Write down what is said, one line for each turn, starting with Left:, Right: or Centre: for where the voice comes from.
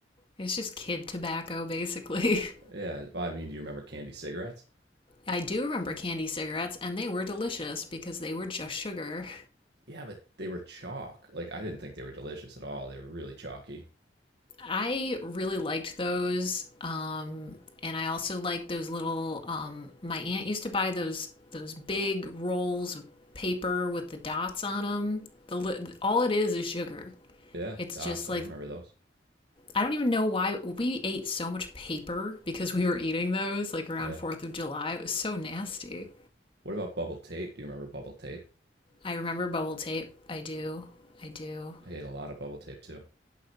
Left: It's just kid tobacco basically. <laughs>
Right: Yeah, well, I mean, do you remember candy cigarettes?
Left: I do remember candy cigarettes and they were delicious because they were just sugar.
Right: Yeah, but they were chalk. Like I didn't think they were delicious at all. They were really chalky.
Left: I really liked those. Um, and I also liked those little. Um, my aunt used to buy those those big rolls of paper with the dots on them. The all it is is sugar.
Right: Yeah,
Left: It's
Right: dots.
Left: just
Right: I
Left: like
Right: remember those.
Left: I don't even know why we ate so much paper because we were eating those like around
Right: Yeah.
Left: Fourth of July. It was so nasty.
Right: What about bubble tape? Do you remember bubble tape?
Left: I remember bubble tape. I do. I do.
Right: I ate a lot of bubble tape too.